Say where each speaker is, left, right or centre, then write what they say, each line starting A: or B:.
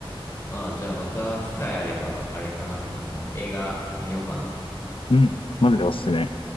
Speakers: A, on the left (about 30°); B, on the left (about 65°).
A: ああ、じゃあまた機会あれば、あれかな。あの、映画見ようかな。
B: うん、マジでおすすめ。